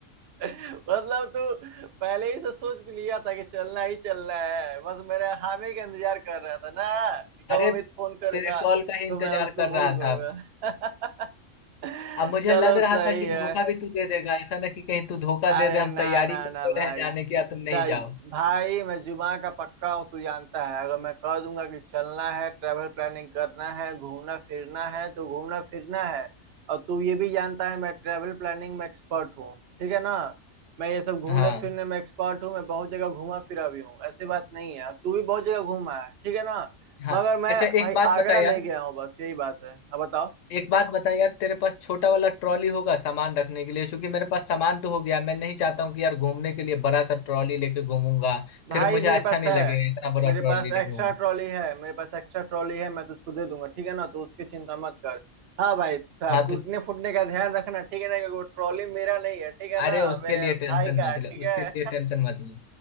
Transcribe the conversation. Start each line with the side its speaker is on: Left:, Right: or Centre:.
Right: <laughs> मतलब तू पहले ही से सोच भी लिया था कि चलना ही चलना है बस मेरे हामी का इंतजार कर रहा था ना कि
Left: अरे
Right: कब अमित फोन करेगा
Left: तेरे कॉल का ही इंतजार
Right: तो मैं उसको
Left: कर
Right: बोल
Left: रहा
Right: करूंगा
Left: था
Right: <laughs>
Left: अब मुझे
Right: चलो
Left: लग रहा
Right: सही
Left: था कि
Right: है
Left: धोखा भी तू दे देगा ऐसा ना कि कहीं तू धोखा
Right: अरे
Left: दे दे हम
Right: ना
Left: तैयारी
Right: ना
Left: करते
Right: ना भाई
Left: रहे जाने की या तुम नहीं
Right: भाई
Left: जाओ
Right: भाई मैं जुमा का पक्का हूँ तू जानता है अगर मैं कह दूंगा कि चलना है ट्रैवल प्लानिंग करना है घूमना फिरना है तो घूमना फिरना है और तू ये भी जानता है मैं ट्रैवल प्लानिंग में एक्सपर्ट हूँ ठीक है ना मैं ये सब घूमने
Left: हाँ
Right: फिरने में एक्सपर्ट हूँ मैं बहुत जगह घूमा फिरा भी हूँ ऐसी बात नहीं है और तू भी बहुत जगह घूमा है ठीक है ना
Left: हाँ
Right: मगर मैं
Left: अच्छा एक
Right: भाई
Left: बात
Right: आगरा
Left: बता यार
Right: नहीं गया हूँ बस यही बात है अब बताओ
Left: एक बात बता यार तेरे पास छोटा वाला ट्रॉली होगा सामान रखने के लिए क्योंकि मेरे पास सामान तो हो गया मैं नहीं चाहता हूँ कि यार घूमने के लिए बड़ा सा ट्रॉली लेके घूमूंगा
Right: भाई
Left: फिर मुझे
Right: मेरे
Left: अच्छा
Right: पास
Left: नहीं
Right: है
Left: लगेगा इतना बड़ा
Right: मेरे
Left: ट्रॉली
Right: पास
Left: लेके
Right: एक्स्ट्रा
Left: घूम
Right: ट्रॉली है मेरे पास एक्स्ट्रा ट्रॉली है मैं तुझको दे दूंगा ठीक है ना तो उसकी चिंता मत कर हाँ भाई था-
Left: हाँ
Right: टूटने
Left: तो
Right: फूटने का ध्यान रखना ठीक है ना क्योंकि वो ट्रॉली मेरा नहीं है ठीक है
Left: अरे
Right: ना
Left: उसके
Right: मेरे
Left: लिए
Right: भाई
Left: टेंशन
Right: का
Left: मत
Right: है, ठीक
Left: ले उसके
Right: है
Left: लिए टेंशन मत ले